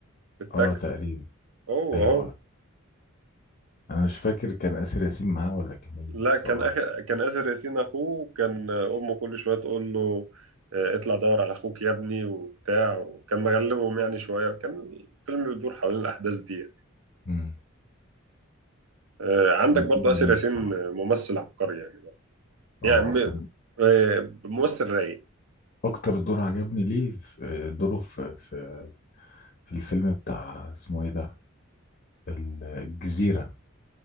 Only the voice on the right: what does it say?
بالتاكس
هو
اهو
لا
كان
أخ... كان اسر ياسين اخوه وكان امه كل شويه تقول له آه، اطلع دور على اخوك يا ابني وبتاع وكان مغلبهم يعني شويه كان الفيلم بيدور حوالين الاحداث دي يعني.
آه، عندك
برضه اسر
ياسين
ممثل عبقري يعني
يعني م-
آه، ممثل رايق